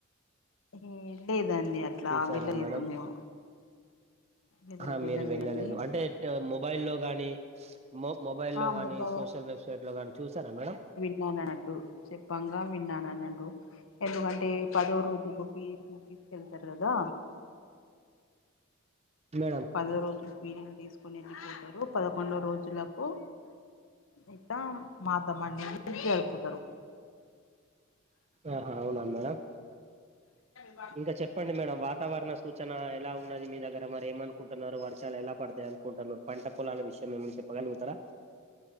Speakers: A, on the left; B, on the right.
A: ఏ లేదండి అట్లా
B: చూసారా
A: వెళ్ళలేదు
B: మేడం
A: మేము వెదరే
B: ఆ
A: వెళ్ళలేదండి
B: మీరు వెళ్ళలేదు అంటే మొబైల్లో గాని మొ మొబైల్లో
A: ఆ
B: గాని
A: ముఖం
B: సోషల్ వెబ్సైట్ లో గాని చూసారా మేడం
A: విన్నానన్నట్టు చెప్పంగా విన్నానన్న ఎందుకంటే పదో రోజుకు పిరీలు తీసుకెళ్తారు కదా
B: మేడం
A: పదో రోజు పీరీలు తీసుకుని వెళ్ళిపోతారు పదకొండో రోజులకు ఇకా మాతమనేది జరుపుతరు
B: ఆహా అవునా మేడం
A: ఉ
B: ఇంకా చెప్పండి మేడం వాతావరణ సూచన ఎలా ఉన్నది మీ దగ్గర మరేమన్ అనుకుంటున్నారు వర్షాలు ఎలా పడతాయి అనుకుంటున్నారు పంట పొలాల విషయం ఏమన్న చెప్పగలుగుతారా